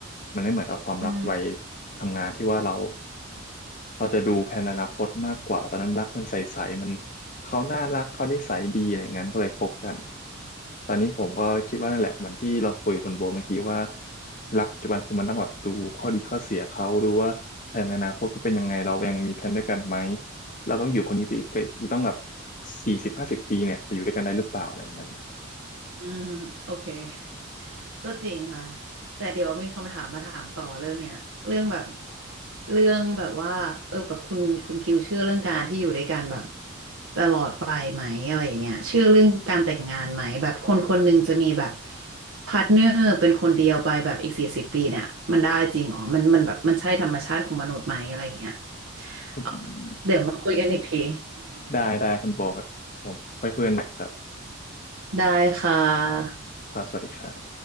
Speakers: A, on the left; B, on the right.
A: มันไม่เหมือนกับความรักวัย
B: อืม <laughs>
A: ทำงานที่ว่าเรา เราจะดูแผนอนาคตมากกว่าตอนนั้นรักมันใสๆมันเขาน่ารักเขานิสัยดีอะไรอย่างนั้นก็เลยคบกันตอนนี้ผมก็คิดว่านั่นแหละเหมือนที่เราคุยกับคุณโบเมื่อกี้ว่ารักปัจจุบันคือมันต้องแบบดูข้อดีข้อเสียเขาดูว่าแผนอนาคตเขาเป็นยังไงเรายังมีแผนด้วยกันไหมเราต้องอยู่คนนี้ไปอีกไปอีกต้องแบบสี่สิบห้าสิบปีเนี่ยจะอยู่ด้วยกันได้หรือเปล่าอะไรอย่างนั้น
B: อืมโอเค <laughs> ก็จริงค่ะแต่เดี๋ยวมีคำถามมาถามต่อเรื่องเนี้ยเรื่องแบบ เรื่องแบบว่าเออแบบคุณคุณคิวเชื่อเรื่องการที่อยู่ด้วยกันแบบตลอดไปไหมอะไรอย่างเงี้ยเชื่อเรื่องการแต่งงานไหมแบบคนคนหนึ่งจะมีแบบพาร์ทเนอร์เป็นคนเดียวไปแบบอีกสี่สิบปีเนี่ยมันได้จริงอ๋อมันมันแบบมันใช่ธรรมชาติของมนุษย์ไหมอะไรอย่างเงี้ย
A: อืม
B: เอาเดี๋ยวมาคุยกันอีกที <laughs>
A: ได้ได้คุณโบครับผมไปคุยกันใหม่ครับ
B: ได้ค่ะ
A: ครับสวัสดีครับ